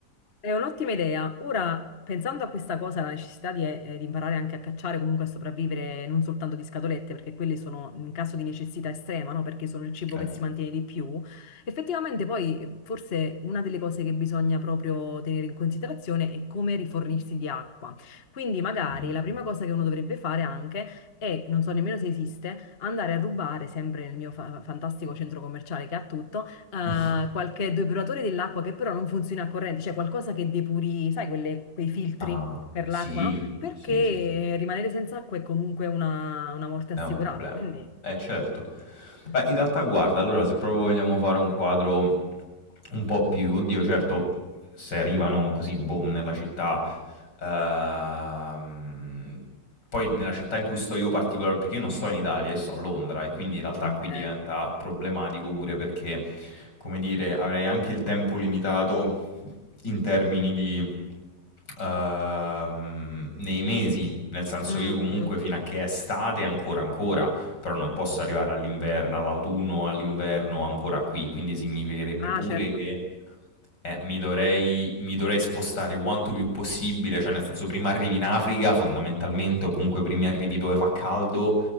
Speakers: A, on the left (about 35°); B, on the left (about 80°).
A: È un'ottima idea. Ora, pensando a questa cosa, la necessità di, eh, di imparare anche a cacciare, comunque a sopravvivere, non soltanto di scatolette, perché quelle sono in caso di necessità estrema, no? Perché sono il cibo
B: Eh,
A: che si mantiene di più. Effettivamente, poi, eh, forse una delle cose che bisogna proprio tenere in considerazione è come rifornirsi di acqua. Quindi, magari
B: mm.
A: la prima cosa che uno dovrebbe fare anche è, non so nemmeno se esiste, andare a rubare, sempre nel mio fa- fantastico centro commerciale che ha tutto eh,
B: <laughs>
A: qualche depuratore dell'acqua che però non funziona a corrente, cioè qualcosa che depuri, sai, quelle- quei filtri
B: Ah,
A: per
B: sì,
A: l'acqua, no? Perché
B: sì, sì,
A: rimanere senza acqua è comunque una, una morte
B: è
A: assicurata,
B: un problema.
A: quindi...
B: Eh, certo.
A: eh,
B: Beh, in realtà, guarda, allora se proprio vogliamo fare un quadro un po' più, oddio, certo, se arrivano così, boom, nella città, ehm, poi nella città in cui sto io particolare, perché io non sto in Italia, io sto a Londra e quindi in realtà
A: Ok.
B: qui diventa problematico pure perché, come dire, avrei anche il tempo limitato in termini di... ehm, nei mesi, nel senso
A: Mm,
B: io comunque
A: mm.
B: fino a che è estate ancora ancora però non posso arrivare all'inverno, all'autunno, all'inverno ancora qui, quindi significherebbe
A: Ah,
B: pure
A: certo.
B: che eh, mi dovrei, mi dovrei spostare quanto più possibile, cioè nel senso prima arrivi in Africa fondamentalmente o comunque prima arrivi dove fa caldo